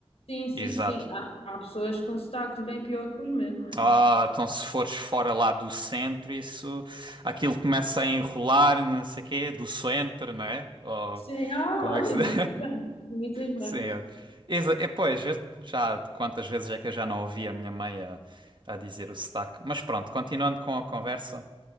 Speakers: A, on the left (about 70°); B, on the right (about 50°).
A: sim, sim,
B: exato.
A: sim. Há, há pessoas com sotaques bem pior que os meus, não é?
B: Ah, então se fores fora lá do centro, isso, aquilo começa a enrolar, não sei o quê, do centro, não é? Ou,
A: Sim, ah,
B: como é
A: olha,
B: que se
A: imitas
B: <laughs> diz?
A: bem, imitas bem.
B: Sim, é, exa- é, pois, eu já quantas vezes é que eu já não ouvi a minha mãe a, a dizer o sotaque. Mas pronto, continuando com a conversa.